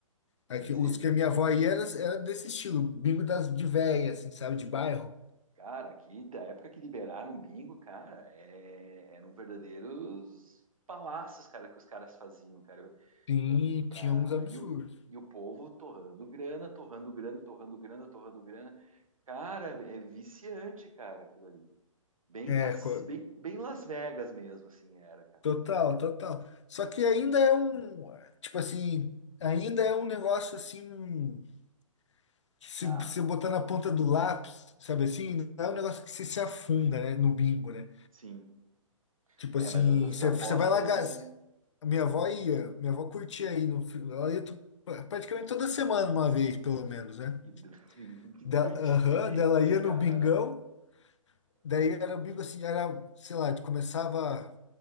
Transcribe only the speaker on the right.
Mas,
e-
cara, aqui, da época que liberaram o bingo, cara, é, eram verdadeiros palácios, cara, que os caras faziam, cara.
Pra, pra-
E, o, e o povo torrando grana, torrando grana, torrando grana, torrando grana. Cara, é viciante, cara, aquilo ali. Bem,
cas-
bem, bem Las Vegas mesmo, assim, era, cara.
Ah,
sim.
É,
mas essas
apostas
aí
já.
Que, do- <laughs> que, que
doidice,
cara.